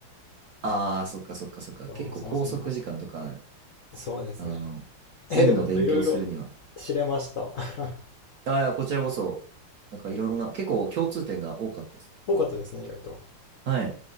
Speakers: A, on the right (about 60°); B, on the left (about 80°).
A: ああ、そっかそっかそっか。
B: そう、
A: 結構拘束時間とか、
B: そもそもの。そうですね。
A: あの、
B: え、
A: 院の勉強するには。
B: でもちょっといろいろ知れました。<laughs>
A: ああいや、こちらこそ、なんかいろんな、結構共通点が多かったですね。
B: 多かったですね、意外と。
A: はい。